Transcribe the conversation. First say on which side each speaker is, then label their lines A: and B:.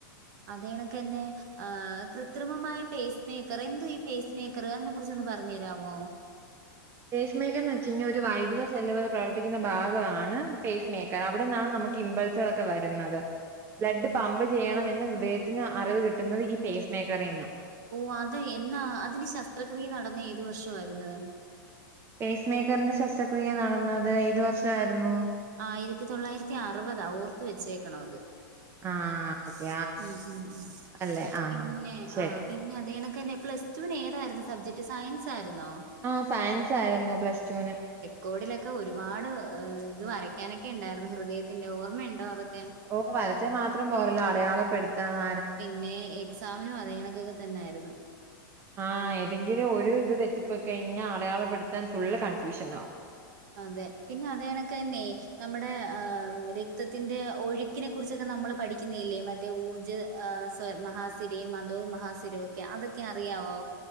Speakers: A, on the right; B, on the right.
A: അതെണക്ക് തന്നെ ആ കൃത്രിമമായ പേസ് മേക്കർ എന്തോ ഈ പേസ് മേക്കർ അതിനെ കുറിച്ചൊന്ന് പറഞ്ഞു തരാമോ? <inaudible>
B: പേസ് മേക്കർ എന്ന് വെച്ച് കഴിഞ്ഞാ ഒരു വൈദ്യുത സെല്ലുകൾപ്രവർത്തിക്കുന്ന ഭാഗമാണ് പേസ് മേക്കർ അവിടെന്നാണ് നമുക്ക് ഇമ്പ വരുന്നത് ബ്ലഡ്
A: ഓ
B: പമ്പ് ചെയ്യണമെന്ന് ഹൃദയത്തെ ത്തിന് അറിവ് കിട്ടുന്നത് ഈ പേസ് മേക്കറിന്നാ.
A: ഓ അത് എന്നാ അതിന്റെ ശസ്ത്രക്രിയ നടന്നത് ഏതു വർഷമായിരുന്നു?
B: പേസ് മേക്കറിന്റെ ശസ്ത്രക്രിയ നടന്നത് ഏത് വർഷമായിരുന്നു?
A: ആയിരത്തി തൊള്ളായിരത്തി അറുപതാ ഓർത്ത് വെച്ചേക്കണം അത്.
B: ആ
A: <unintelligible>
B: ഓക്കെ. അല്ലേ? ആ
A: പിന്നെ
B: ശരി.
A: ആ പിന്നെ അതെണക്ക് തന്നെ പ്ലസ് ടുവിന് ഏതായിരുന്നു സബ്ജക്ട് സയൻസ് ആയിരുന്നോ?
B: ആ സയൻസ് ആയിരുന്നു പ്ലസ് ടുവിന്.
A: ഗോഡിലൊക്കെ ഒരുപാട് ഇത് വരയ്ക്കാനൊക്കെ ഉണ്ടായിരുന്നു ഹൃദയത്തിന്റെ ഓർമ്മ ഉണ്ടോ അതൊക്കെ
B: ഓ വരച്ച മാത്രം പോരല്ലോ അടയാള പെടുത്തണം
A: പിന്നെ എക്സാമിനും അത കണക്കൊക്കെ തന്നായിരുന്നു
B: ആഹ ഏതെങ്കിലും ഒരു ഇത് തെറ്റിപ്പോയി കഴിഞ്ഞാൽ അടയാളപ്പെടുത്താൻ ഫുള് കൺഫ്യൂഷൻ ആകും
A: അതെ പിന്നെ അതണൊക്കെ തന്നെ നമ്മുടെ രക്തത്തിന്റെ ഒഴു ക്കിനെ കുറിച്ചൊക്കെ നമ്മൾ പഠിക്കുന്നില്ലേ മറ്റേ ഊർജ്ജ മഹാസിര മധോ മഹാ അതൊക്കെ അറിയാവോ